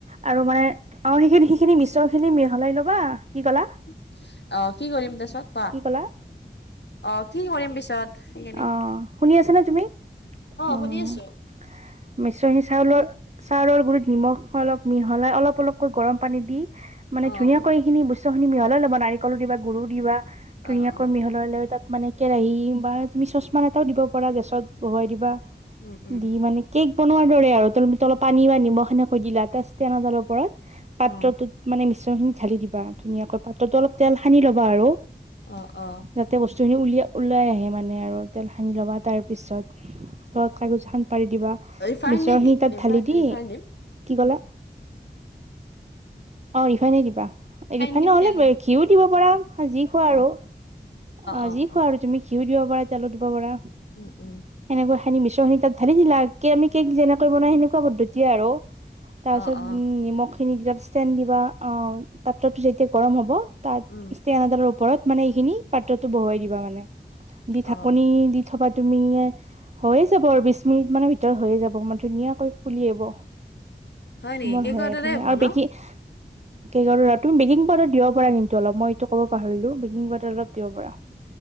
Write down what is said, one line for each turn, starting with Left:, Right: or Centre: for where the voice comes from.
Right: আৰু মানে আৰু সেইখিনি, সেইখিনি মিছল খিনি মিহলাই ল'বা
Left: অ',
Right: কি ক'লা
Left: কি কৰিম তাৰ পিছত কোৱা?
Right: কি ক'লা
Left: অ' কি কৰিম পিছত? সেইখিনি
Right: অ', শুনি আছা নে তুমি। অ' <unintelligible>
Left: শুনি আছোঁ
Right: চাউলৰ চাউলৰ গুৰিত নিমখ অলপ মিহলাই অলপ অলপকৈ গৰম পানী দি মানে
Left: অ',
Right: ধুনীয়াকৈ এইখিনি বস্তু খিনি মিহলাই ল'ব, নাৰিকলো দিবা, গুৰুো দিবা। ধুনীয়াকৈ
Left: অ', অ',
Right: মিহলাই লৈ তাত মানে কেৰাহী বা তুমি চশমা ত দিব পাৰা গেছত বহুৱাই দিবা।
Left: উম, উম,
Right: দি মানে কে'ক বনোৱাৰ দৰে আৰু তল অলপ পানী বা নিমখ সেনেকৈ দিলা। ষ <unintelligible> পাত্ৰটোত
Left: অ',
Right: মানে মিশ্ৰন খিনি ঢালি দিবা ধুনীয়াকৈ, পাত্ৰটোত অলপ তেল সানি সানি ল'বা আৰু।
Left: অ', অ'।
Right: যাতে উলিয়াই ওলাই আহে মানে আৰু, তেল সানি ল'বা তাৰপিছত, তলত কাগজ খন পাৰি দিবা
Left: ৰিফাইন
Right: মিছৰ
Left: নেকি
Right: খিনি তাত
Left: ৰিফাইন
Right: ঢালি দি,
Left: ৰিফাইন দিম
Right: কি কলা? অ', ৰিফাইনেই দিবা। ৰিফাইন
Left: দিম
Right: নহ'লে
Left: তেল দি
Right: ঘিও দিব পাৰা। যি খোৱা আৰু।
Left: অ',
Right: অ',
Left: অ',
Right: যি
Left: অ',
Right: খোৱা আৰু তুমি ঘিউও দিব পাৰা তেলো দিব পাৰা।
Left: উম, উম,
Right: এনেকৈ সানি মিছ খিনি তাত ঢালি দিলা, কে আমি কেক যেনেকৈ বনাই সেনেকুৱা পদ্ধতিয়েই আৰু। তাৰ পিছত
Left: অ', অ',
Right: নিমখ খিনি ষ্টেড দিবা। অ', পাত্ৰটো যেতিয়া গৰম হ'ব তাত
Left: উম,
Right: ষ্টেন এডালৰ ওপৰত মানে খিনি পাত্ৰটো বহুৱাই দিবা মানে, দি ঢাকনি
Left: অ',
Right: দি থবা তুমি হৈয়েই যাব আৰু, বিশ মিনিট মানৰ ভিতৰত হৈয়েই যাব, ম ধুনীয়াকৈ ফুলি আহিব। কমন
Left: নেকি কেকৰ
Right: হয় আৰু
Left: দৰে
Right: ধুনীয়া,
Left: হ'ব
Right: আৰু
Left: ন?
Right: বেকি <unintelligible> বেকিং পাউডাৰ দিব পাৰা কিন্তু অলপ। মই এইটো ক'ব পাহৰিলো, বেকিং পাউডাৰ অলপ দিব পাৰা।